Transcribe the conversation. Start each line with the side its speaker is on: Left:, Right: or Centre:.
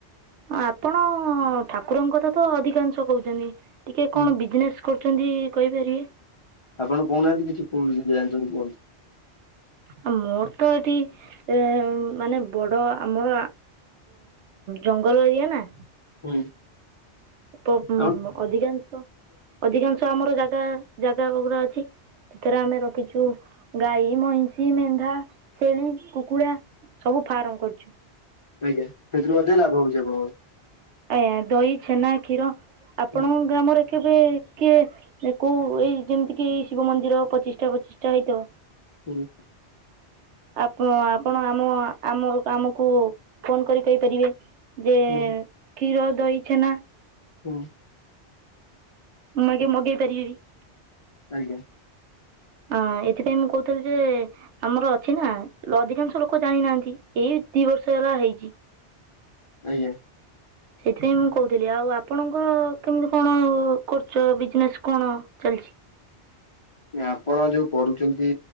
Right: ଆପଣ ଠାକୁରଙ୍କ କଥା ତ ଅଧିକାଂଶ କହୁଚନ୍ତି ଟିକେ
Left: ହୁଁ
Right: କଣ ବିଜନେସ୍ କରୁଚନ୍ତି କହିପାରିବେ।
Left: ଆପଣ କହୁନାହାନ୍ତି କିଛି କୁଅ ନିଜେ ଜାଣିଚନ୍ତି କୁଅନ୍ତୁ।
Right: ଆ ମୋର୍ ତ ଏଠି ଏ ମାନେ ବଡ଼ ଆମର ଜଙ୍ଗଲ ଏରିଆ ନା।
Left: ହୁଁ।
Right: ଅଧିକାଂଶ
Left: ହୁଁ
Right: ଅଧିକାଂଶ ଆମର ଜାଗା ଜାଗା ଗୁଡା ଅଛି। ସେଥିରେ ଆମେ ରଖିଛୁ ଗାଈ, ମଇଁଷି, ମେଣ୍ଢା, ଛେଳି, କୁକୁଡ଼ା। ସବୁ ଫାର୍ମ କରିଛୁ।
Left: ଆଜ୍ଞା, ସେଥିରୁ ମଧ୍ୟ ଲାଭ ହଉଛି ଆପଣଙ୍କ।
Right: ଆଜ୍ଞା, ଦହି ଛେନା କ୍ଷୀର ଆପଣଙ୍କ
Left: ହୁଁ
Right: ଗ୍ରାମରେ କେବେ କିଏ କୋଉ ଏଇ ଯେମିତି କି ଶିବ ମନ୍ଦିର ପଚିଶ ଟା ପଚିଶ ଟା ହେଇଥିବ।
Left: ହୁଁ ଉଁ।
Right: ଆପ ଆପଣ ଆମ ଆମ ଆମକୁ ଫୋନ କରି କହିପାରିବେ? ଯେ
Left: ହୁଁ
Right: କ୍ଷୀର, ଦହି, ଛେନା।
Left: ହଁ ଅଁ।
Right: <unintelligible>
Left: ଆଜ୍ଞା।
Right: ଅଁ ଏଥିପାଇଁ ମୁଁ କହୁଥିଲି ଯେ ଆମର ଅଛି ନା ଅଧିକାଂଶ ଲୋକ ଜାଣିନାହାନ୍ତି। ଏଇ ଦି ବର୍ଷ ହେଲା ହେଇଛି।
Left: ଆଜ୍ଞା।
Right: ସେଇଥିପାଇଁ ମୁଁ କହୁଥିଲି, ଆଉ ଆପଣଙ୍କର କେମିତି କଣ କରଚ ବିଜନେସ୍ କଣ ଚାଲିଛି?
Left: ଆପଣ ଯୋଉ କରୁଛନ୍ତି